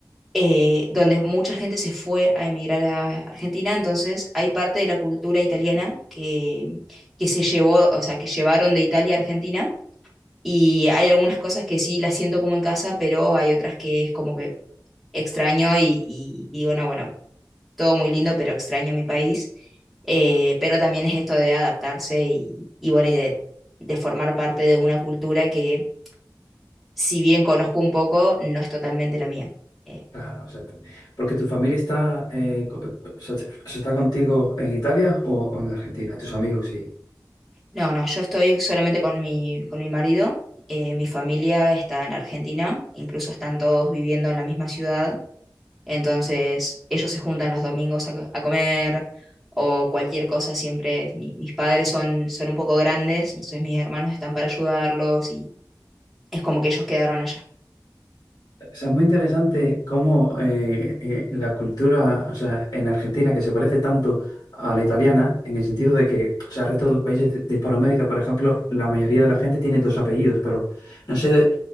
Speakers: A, in the centre; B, on the left (about 65°).
A: eh, donde mucha gente se fue a emigrar a Argentina, entonces hay parte de la cultura italiana que, que se llevó, o sea, que llevaron de Italia a Argentina Y hay algunas cosas que sí las siento como en casa, pero hay otras que es como que extraño y, y, y bueno, bueno, todo muy lindo, pero extraño mi país. Eh, pero también es esto de adaptarse y, y bueno, y de, de formar parte de una cultura que, si bien conozco un poco, no es totalmente la mía. Eh,
B: Claro, exacto. Porque tu familia está, eh, co- eh, o sea, se- se está contigo en Italia o, o en Argentina, tus amigos, sí.
A: no, no, yo estoy solamente con mi, con mi marido. eh, mi familia está en Argentina, incluso están todos viviendo en la misma ciudad Entonces ellos se juntan los domingos a, a comer o cualquier cosa, siempre mi- mis padres son, son un poco grandes, entonces mis hermanos están para ayudarlos y es como que ellos quedaron allá.
B: O sea, es muy interesante cómo eh, eh, la cultura, o sea, en Argentina, que se parece tanto a la italiana, en el sentido de que, o sea, el resto de los países de de Hispanoamérica, por ejemplo, la mayoría de la gente tiene dos apellidos, pero no sé,